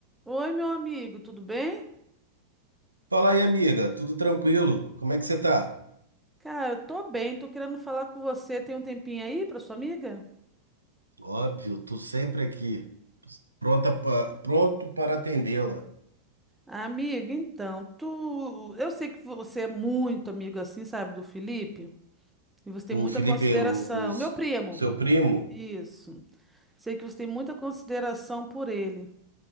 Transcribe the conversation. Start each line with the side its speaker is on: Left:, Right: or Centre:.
Centre: Oi, meu amigo, tudo bem?
Right: Fala aí, amiga, tudo tranquilo? Como é que você tá?
Centre: Cara, eu tô bem, tô querendo falar com você. Tem um tempinho aí pra sua amiga?
Right: Óbvio, tô sempre aqui, pronta pa- pronto para atendê-la.
Centre: Amigo, então, tu, eu sei que você é muito amigo assim, sabe, do Felipe, e você tem muita
Right: O Felipe,
Centre: consideração.
Right: o, os-
Centre: Meu primo,
Right: o seu primo?
Centre: isso. Sei que você tem muita consideração por ele.